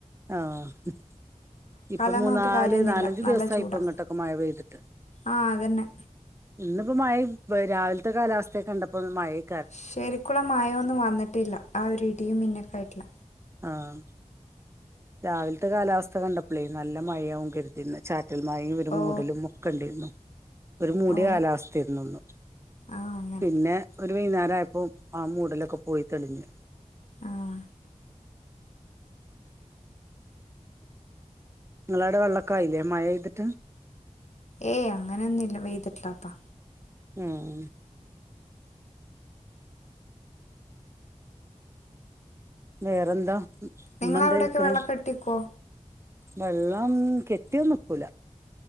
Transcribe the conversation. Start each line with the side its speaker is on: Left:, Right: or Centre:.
Right: ആഹ് അത് ഇപ്പം
Left: എന്ന്
Right: മൂന്നാല്
Left: പറഞ്ഞിട്ട് കാര്യമൊന്നുമില്ല
Right: നാലഞ്ച്
Left: നല്ല
Right: ദിവസായി
Left: ചൂടാ
Right: ഇപ്പം ഇങ്ങോട്ടൊക്കെ മഴ പെയ്തിട്ട്
Left: ആ അതന്നെ
Right: എന്നും ഇപ്പ മഴയും പോ രാവിൽത്തെ കാലാവസ്ഥ കണ്ടപ്പോ മഴയും
Left: ശരിക്കുള്ള മയോന്നും വന്നിട്ടില്ല ആഹ് ഒരു ഇടിയും മിന്നൊക്കെയിട്ടുള്ള
Right: ആഹ് രാവിലത്തെ കാലാവസ്ഥ കണ്ടപ്പളേ നല്ല മഴയാവും കരുതിന്ന് ചാ റ്റൽ മഴയും ഒരു
Left: ഓ
Right: മൂടലും മൊക്ക ണ്ടയ്രുന്നു ഒരു മൂട്യ
Left: ഓ
Right: കാലാവസ്ഥയിരുന്നുന്ന്
Left: ആ അങ്ങനെ
Right: പിന്നെ ഒരു വൈന്നേരം ആയപ്പോ ആ മൂടിലൊക്കെ പോയി തെളിഞ്ഞ്
Left: ആ
Right: നിങ്ങളാടെ വെള്ളക്കായില്ലേ മഴയ്തിട്ട്
Left: ഏയ് അങ്ങനെന്നുംല്ല പെയ്തിട്ടിപ്പാ
Right: ആഹ് വേറെന്താ
Left: നിങ്ങളവിടെയൊക്കെ
Right: ഇമ്മ എന്ത്യ്ക്ക്‌ണ്
Left: വെള്ളമൊക്കെ കെട്ടിക്കുവോ
Right: വെള്ളം കെട്ടിയൊന്നും നിക്കൂല